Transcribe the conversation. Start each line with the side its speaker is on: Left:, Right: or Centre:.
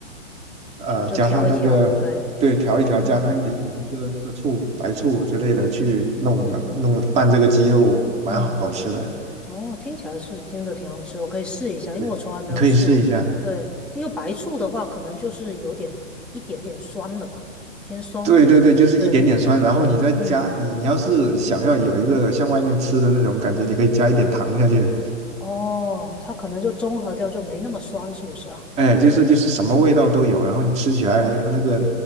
Right: 呃，
Centre: 就就调一调，
Right: 加上那个，
Centre: 对，
Right: 对，调一调，
Centre: 嗯
Right: 加上一点点那个那个醋、白醋之类的去弄的，
Centre: 嗯
Right: 弄拌这个鸡肉，蛮好吃的。
Centre: 嗯，哦，听起来是真的挺好吃，我可以试一下，
Right: 对，
Centre: 因为我从来没有试过。
Right: 你可以试一下。
Centre: 对，这个白醋的话，可能就是有点一点点酸了吧，偏酸味。
Right: 对对对，就是一点点酸，
Centre: 对，
Right: 然后你再加，
Centre: 嗯，
Right: 你你要是想要有一个像外面吃的那种感觉，你可以加一点糖下去。
Centre: 哦，它可能就中和掉，就没那么酸，是不是啊？
Right: 哎，就是就是什么味道都有，然后你吃起来那个，